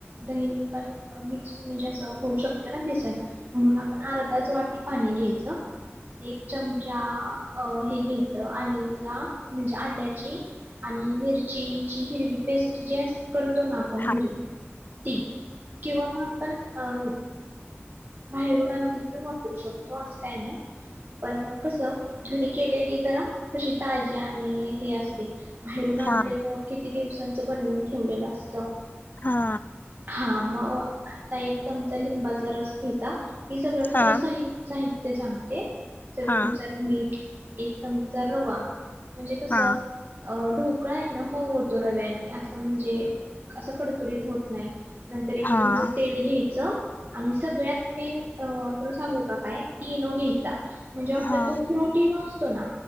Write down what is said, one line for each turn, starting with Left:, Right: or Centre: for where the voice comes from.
Right: दही नी पाणी अ मिक्स म्हणजे असं होऊ शकतं ना बेसन म्हणून आपण अर्धाच वाटी पाणी घ्यायचं, एक चमचा अ हे घ्यायचं आल्ला म्हणजे आल्याची आणि मिरचीची हिरवी पेस्ट जी अस करतो ना आपण
Left: हा
Right: घरी ती किंवा मग आपण अं. बाहेरून आणलेली पण वापरू शकतो असं काय नाही पण कस घरी केलेली जरा कशी ताज्या आणि हे अस ते! बाहेरून आणलेलं
Left: हा
Right: किती दिवसांचं बनवून ठेवलेलं असतं.
Left: हा!
Right: हां म आता एक चमचा लिंबाचा रस घेयचा हे सगळं मी
Left: हा
Right: तुला साहि साहि ते सांगते. चवीनुसार
Left: हा
Right: मीठ एक चमचा रवा म्हणजे कसं
Left: हा
Right: अअ ढोकळा आहे ना मऊ होतो रव्यानी असं म्हणजे असं कडकडीत होत नाही. नंतर एक
Left: हा
Right: चमचा तेल घेयच आणि सगळ्यात मेन अ तुला सांगू का काय इनो घ्यायचा. म्हणजे आपला
Left: हा
Right: तो फ्रुट इनो असतो ना